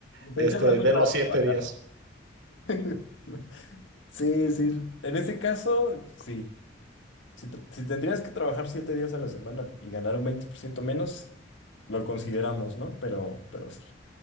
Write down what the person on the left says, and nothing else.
Pero
Yo lo hacía
para
trabajar.
<laughs> Sí, sí. En ese caso, sí. Si, tr- si tendrías que trabajar siete días a la semana y ganar un 20% menos, lo consideramos, ¿no? Pero, pero sí.